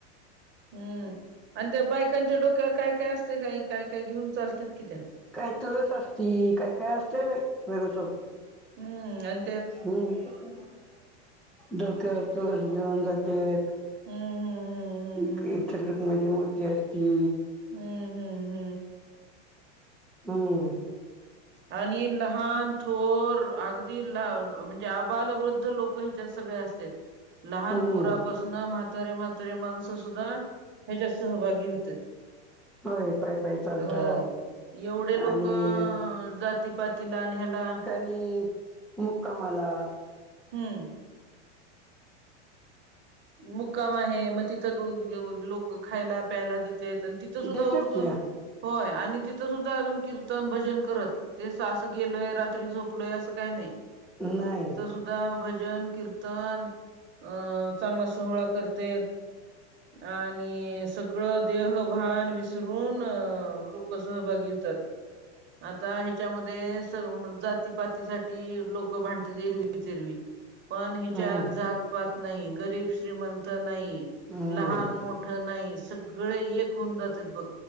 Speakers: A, on the right; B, in the centre.
A: हम्म. आण त्या बायकांच्या डोक्यावर काय काय असतय काही काय काय घेऊन चालतीत की त्या?
B: काय तूळस असती, काय काय असतंय बाई <unintelligible>
A: हम्म आण
B: हम् डोक्यावर तुळस घेऊन जातेत.
A: हम्म हम्म हम्म
B: एक एक <unintelligible> मूर्ती असती.
A: हुं, हुं, हू,
B: हम्म
A: आणि लहान थोर आगदी ला म्हणजे आबाल, वृद्ध लोक ह्याच्यात सगळे असतेत. लहान
B: हम्म
A: पोरापासन म्हातारे म्हातारी माणसं सुद्धा हेच्यात सहभागी होतेत.
B: होय पाय पायी चालतात.
A: हो एवढे लोक
B: आणि
A: जातीपातीला आणि हेला
B: आणि मुक्कामाला
A: हम्म मुक्काम आहे म तिथं <unintelligible> देऊन लोक खायला प्यायला देतेत आण तिथं सुद्धा
B: देतात
A: उलतून
B: की
A: होय आणि तिथं सुद्धा आजून कीर्तन, भजन करत. ते सासं गेलोय रात्री झोपलोय असं काय नाही
B: नाही
A: तिथं सुद्धा भजन, कीर्तन अ चांगला सोहळा करतेत. आणि सगळं देहभान विसरून अ लोक सहभागी होतात. आता हेच्यामध्ये स जातीपातीसाठी लोक भांडत्यात एरवी तेरवी.
B: <inaudible>
A: पण हिच्यात
B: हम्म
A: जात-पात नाही, गरीब-श्रीमंत नाही,
B: हम्म
A: लहान मोठं नाही सगळे एक होऊन जातात बघ.